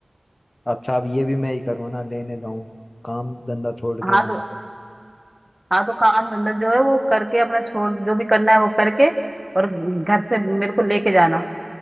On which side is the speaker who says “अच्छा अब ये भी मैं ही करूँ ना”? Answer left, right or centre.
Left